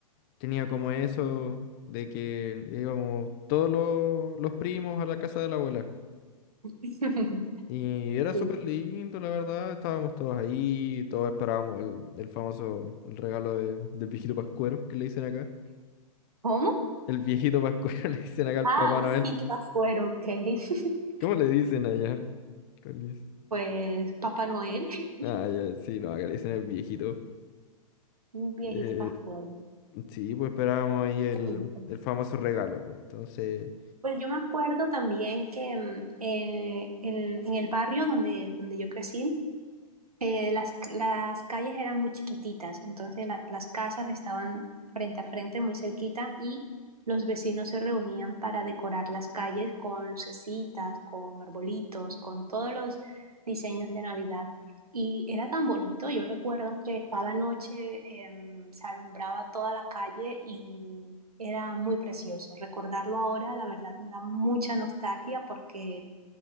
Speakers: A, on the left; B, on the right.
A: tenía como eso de que íbamos todos los, los primos a la casa de la abuela.
B: <laughs>
A: Y era
B: Sí.
A: súper lindo, la verdad. Estábamos todos ahí, todos esperábamos el, el famoso el regalo de- del viejito Pascuero, que le dicen acá.
B: ¿Cómo?
A: El viejito Pascuero <laughs> le dicen acá al
B: Ah,
A: Papá
B: un
A: Noel.
B: viejito pascuero, ok. <laughs>
A: ¿Cómo le dicen allá? ¿Cuál dice?
B: Pues Papá Noel, <laughs>
A: Ah, ya, sí, no, acá le dicen el viejito.
B: un viejito
A: Eh,
B: pascuero.
A: sí, pues esperábamos ahí el,
B: Sí.
A: el famoso regalo, pues. Entonces,
B: Pues yo me acuerdo también que mm, eh, en, en el barrio donde, donde yo crecí, Eh, las, las calles eran muy chiquititas, entonces la- las casas estaban frente a frente, muy cerquita, y los vecinos se reunían para decorar las calles con lucecitas, con arbolitos, con todos los diseños de Navidad. Y era tan bonito, yo recuerdo que cada noche em, se alumbraba toda la calle y era muy precioso. Recordarlo ahora, la verdad, me da mucha nostalgia porque